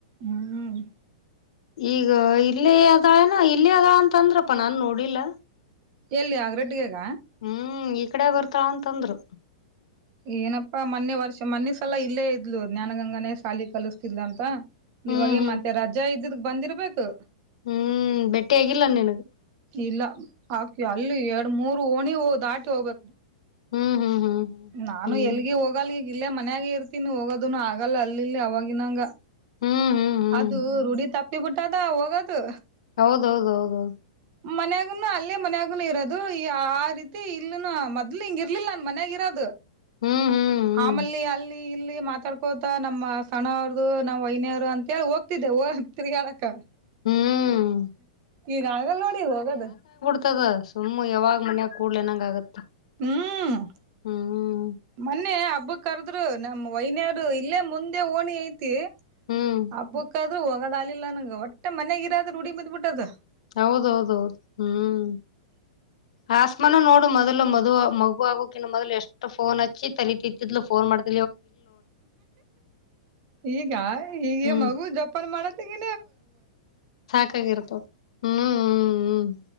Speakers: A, on the right; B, on the left.
A: ಹ್ಮ್
B: ಈಗ ಇಲ್ಲಿ ಅದಾಳಏನ ಇಲ್ಲಿ ಅದಾಳ ಅಂತ ಅಂದ್ರಪ್ಪ ನಾನನ್ ನೋಡಿಲ್ಲ
A: ಎಲ್ಲಿ ಆಗ್ರಡ್ಗಗ
B: ಹ್ಮ್ ಈ ಕಡೆ ಬರ್ತಳ ಅಂತಂದ್ರು
A: ಏನಪ್ಪಾ ಮೊನ್ನೆ ವರ್ಷ ಮೊನ್ನೆ ಸಲ ಇಲ್ಲೇ ಇದ್ಲು ಜ್ಞಾನಗಂಗನೇ ಸಾಲಿ ಕಲಿಸ್ತಿದ್ಲ ಅಂತ
B: ಹ್ಮ್
A: ಇವಾಗ
B: ಹ್ಮ್
A: ಮತ್ತೆ ರಜಾ ಇದ್ದದ ಬಂದಿರ್ಬೇಕು
B: ಹ್ಮ್ ಬೆಟ್ಟಿ ಆಗಿಲ್ಲ ನಿನಗೆ
A: ಇಲ್ಲ ಹಾಕಿ ಅಲ್ಲಿ ಎರಡು ಮೂರು ಓಣಿ ದಾಟಿ ಹೋಗ್ಬೇಕು
B: ಹ್ಮ್ ಹ್ಮ್ ಹ್ಮ್ ಹ್ಮ್
A: ನಾನು
B: ಹ್ಮ್
A: ಎಲ್ಗ ಹೋಗಲ್ಲ ಈಗ ಇಲ್ಲೇ ಮನ್ಯಾಗೆ ಇರ್ತೀನಿ ಹೋಗೋದನು ಆಗಲ್ಲ ಅಲ್ಲಿ ಇಲ್ಲಿ ಅವವಾಗಿನಂಗ
B: ಹ್ಮ್ ಹ್ಮ್ ಹ್ಮ್
A: ಅದು ರೂಢ ತಪ್ಪ ತಪ್ಪಿಬೆಟ್ಟಾಡ್ ಬಿಟ್ಟದ ಹೋಗದು
B: ಹೌದೌದ ಹೌದೌದು
A: ಮನ್ಯಾಗನು ಅಲ್ಲೇ ಮನ್ಯಾಗನು ಇರೋದು ಆ ರೀತಿ ಇಲ್ಲನು ಅದ್ಲು ಹಿಂಗ ಇರ್ಲಿಲ್ಲ ನನ್ ಮನ್ಯಗ ಇರೋದು
B: ಹ್ಮ್ ಹ್ಮ್
A: ಆಮಲ್ಲಿ
B: ಹ್ಮ್
A: ಅಲ್ಲಿ ಇಲ್ಲಿ ಮಾತಾಡ್ಕೋತ ನಮ್ಮ ಸಣ ಅವ್ರದು ನಮ್ಮ್ ವಹನಿಯವರು ಅಂತ ಕ ಹೋಗ್ತಿದ್ದೆ ಹ ತಿಗಾರಕ್ಕ
B: ಹ್ಮ್
A: ಈಗ ಆಗಲ್ಲ ನೋಡಿಗ ಹೋಗದು
B: ದ ಸುಮ್ಮ್ ಯಾವಾಗ್ ಮನ್ಯಾಗ ಕೂಡ್ಲನಂಗ ಆಗತ್ತ
A: ಹ್ಮ್
B: ಹ್ಮ್
A: ಮೊನ್ನೆ ಹಬ್ಬ ಕರ್ದ್ರು ನಮ್ ವೈನ್ಯರು ಇಲ್ಲೇ ಮುಂದೆ ಓಣಿ ಐತಿ
B: ಹ್ಮ್
A: ಅಬಕ್ಕ ಆದ್ರೂ ಹೋಗದ ಆಲಿಲ್ಲ ನಂಂಗ ಒಟ್ಟೆ ಮನ್ಯಗಿರಾದ್ರರು ಉಡಿ ಬಂದ್ಬಿಟ್ಟದ
B: ಹೌದೌದೌದು ಹ್ಮ್
A: <inaudible>
B: ಆಸ್ಮಾನ ನೋಡು ಮೊದ್ಲು ಮದ ಮಗು ಆಗೋಕಿನ್ನು ಮೊದ್ಲು ಎಷ್ಟು ಫೋನ್ ಹಚ್ಚಿ ತಲ ತತ್ತಿದ್ಲು ಫೋನ್ ಮಾಡ್ತ
A: ಈಗ ಈಗ
B: ಹ್ಮ್
A: ಮಗು ಜಪ್ಪ ಮಾಡತ್ತೆಗೆ
B: ಸಾಕಾಗಿರ್ತ ಹ್ಮ್ ಹ್ಮ್ ಹ್ಮ್